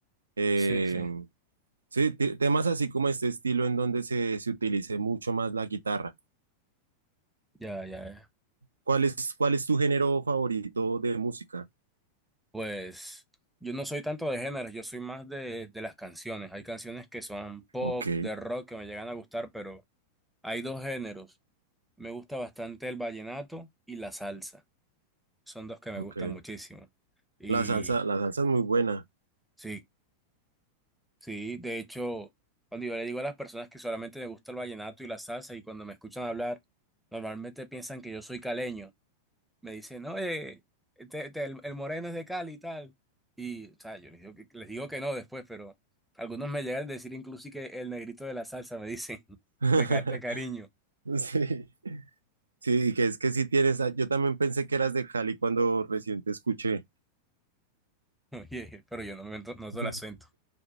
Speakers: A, on the right; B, in the centre.
A: eh,
B: Sí, sí,
A: sí, te- temas así como este estilo en donde se, se utilice mucho más la guitarra.
B: ya, ya, ya.
A: ¿Cuál es, cuál es tu género favorito de música?
B: Pues yo no soy tanto de géneros, yo soy más de, de las canciones. Hay canciones que son pop,
A: Ok,
B: de rock, que me llegan a gustar, pero hay dos géneros. Me gusta bastante el vallenato y la salsa. Son dos que me
A: ok.
B: gustan muchísimo. Y
A: La salsa, la salsa es muy buena.
B: sí, Sí, de hecho, cuando yo le digo a las personas que solamente me gusta el vallenato y la salsa y cuando me escuchan hablar, normalmente piensan que yo soy caleño. Me dicen, oye, este- este, el, el moreno es de Cali y tal. Y, o sea, yo les digo que, les digo que no después, pero algunos me llegan a decir incluso que el negrito de la salsa, me dicen, <laughs>
A: <laughs>
B: de, ca- de cariño.
A: Sí, sí, y que es que sí tienes, ah, yo también pensé que eras de Cali cuando recién te escuché.
B: <laughs> Oye, pero yo no me no noto
A: <laughs>
B: el acento.